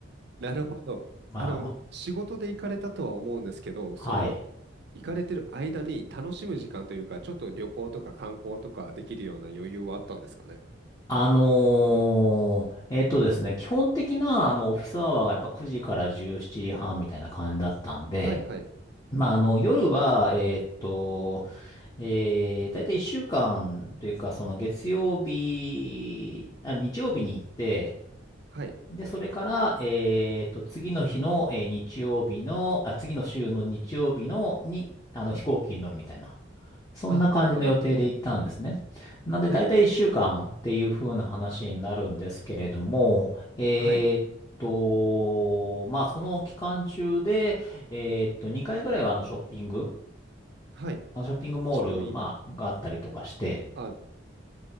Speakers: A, on the right; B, on the left.
A: なるほど。
B: <laughs> まあ、
A: あの、
B: も
A: 仕事で行かれたとは思うんですけど、
B: はい。
A: その、行かれてる間に楽しむ時間というか、ちょっと旅行とか観光とかできるような余裕はあったんですかね。
B: あのーえっとですね、基本的な、あの、オフィスアワーがやっぱ9時から17時半みたいな感じだったんで、
A: はいはい。
B: まあ、あの、夜は、えっと、えー、だいたい1週間というか、その月曜日、あ、日曜日に行って、
A: はい。
B: で、それから、えっと、次の日の、えー日曜日の、あ、次の週の日曜日の、に、あの、飛行機に乗るみたいな。そんな感じの予定で行ったんですね。
A: ああ、なるほど。
B: なんで、
A: はい。
B: だいたい1週間っていう風な話になるんですけれども、えーっと、
A: はい。
B: まあ、その期間中で、えーっと、2回ぐらいはあのショッピング、
A: はい。
B: あのショッピングモール、
A: ちなみに、
B: まあ、があったりとかして、
A: あ、